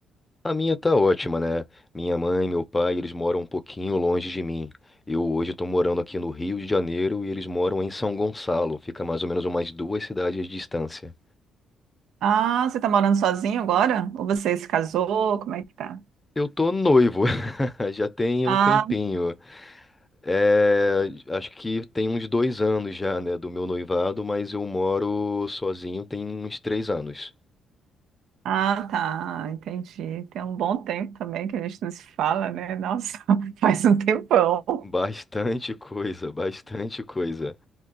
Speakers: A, on the left; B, on the right.
A: A minha tá ótima, né? Minha mãe, meu pai, eles moram um pouquinho longe de mim. Eu hoje tô morando aqui no Rio de Janeiro e eles moram em São Gonçalo, fica mais ou menos umas duas cidades de distância.
B: Ah, você tá morando sozinho agora? Ou você se casou? Como é que tá?
A: Eu tô noivo, <laughs> já tem
B: Ah,
A: um tempinho. É, acho que tem uns dois anos já, né, do meu noivado, mas eu moro sozinho tem uns três anos.
B: ah, tá. Entendi. Tem um bom tempo também que a gente não se fala, né? Nossa, <laughs> faz um tempão.
A: Bastante coisa, bastante coisa.